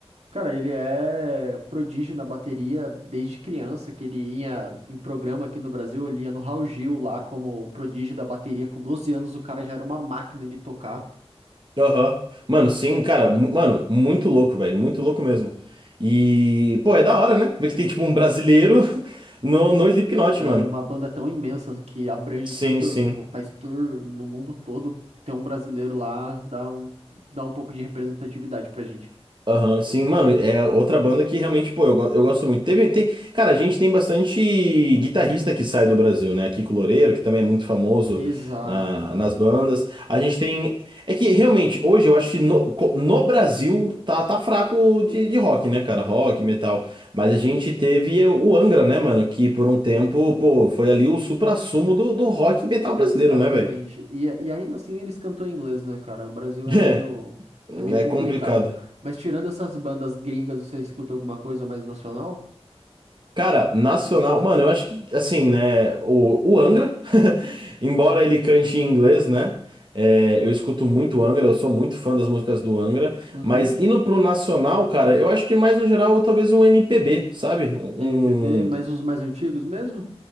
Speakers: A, on the right; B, on the right.
A: Cara, ele é prodígio na bateria desde criança, que ele ia em programa aqui no Brasil, ele ia no Raul Gil lá como prodígio da bateria. Com 12 anos, o cara já era uma máquina de tocar.
B: Aham. Mano, sim, cara, mu- mano, muito louco, velho, muito louco mesmo. E, pô, é da hora, né? Ver que tem, tipo, um brasileiro <laughs> no, no Slipknot,
A: né,
B: mano.
A: numa banda tão imensa que abrange
B: Sim,
A: tanto,
B: sim.
A: tipo, faz tour no mundo todo, ter um brasileiro lá dá um, dá um pouco de representatividade pra gente.
B: Aham, sim, mano, é outra banda que realmente, pô, eu, go- eu gosto muito. Teve, tem, cara, a gente tem bastante guitarrista que sai do Brasil, né? Kiko Loureiro, que também é muito famoso
A: Exato,
B: na- nas bandas. A gente tem. É que realmente, hoje eu acho que no, co- no Brasil tá, tá fraco de, de rock, né, cara? Rock, metal. Mas a gente teve o Angra, né, mano? Que por um tempo, pô, foi ali o suprassumo do, do rock e metal brasileiro,
A: exatamente.
B: né, velho?
A: E, e ainda assim eles cantam em inglês, né, cara? O Brasil
B: <laughs>
A: é
B: É,
A: meio, é meio complicado.
B: é complicado.
A: Mas tirando essas bandas gringas, você escuta alguma coisa mais nacional?
B: Cara, nacional. Mano, eu acho que, assim, né? O, o Angra, <laughs> embora ele cante em inglês, né? é, eu escuto muito Angra, eu sou muito fã das músicas do Angra.
A: Uhum,
B: Mas indo pro nacional, cara, eu acho que mais no geral, talvez um MPB, sabe? Um.
A: MPB, mas
B: um,
A: os mais antigos mesmo?